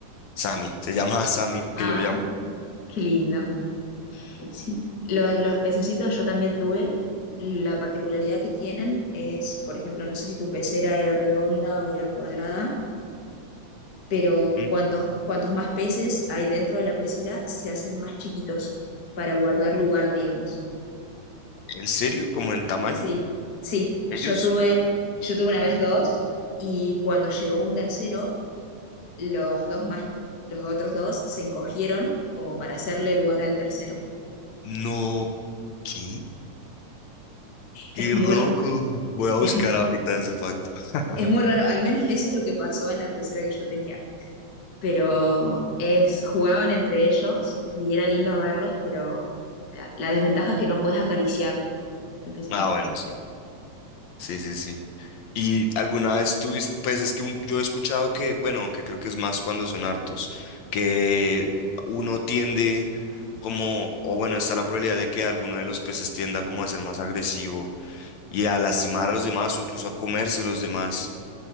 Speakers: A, on the left (about 70°); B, on the left (about 40°).
A: Sammy. Se <laughs> llama Sammy, que
B: Ay,
A: yo llamo.
B: qué lindo. Sí. Lo- los pececitos yo también tuve. La particularidad que tienen es, por ejemplo, no sé si tu pecera era redonda o era cuadrada. pero
A: "Mm,
B: cuantos, cuantos más peces hay dentro de la pecera, se hacen más chiquitos para guardar lugar, digamos.
A: ¿En serio? ¿Como en tamaño?
B: Sí, sí,
A: ¿Ellos?
B: yo tuve, yo tuve una vez dos y cuando llegó un tercero, los dos más, los otros dos se encogieron como para hacerle lugar al tercero.
A: No, ¿qué? Qué
B: Es muy,
A: loco.
B: r-
A: Voy a buscar
B: es,
A: ahorita ese facto. <laughs>
B: es muy raro, al menos eso es lo que pasó en la pecera que yo tenía, pero es, jugaban entre ellos y era lindo verlos, pero la, la desventaja es que no puedes acariciar al pececito.
A: Ah, bueno, sí. Sí, sí, sí. Y alguna vez tuviste, pues es que un- yo he escuchado que, bueno, aunque creo que es más cuando son hartos, que uno tiende como, o bueno, está la probabilidad de que alguno de los peces tienda como a ser más agresivo y a lastimar a los demás o incluso a comerse los demás.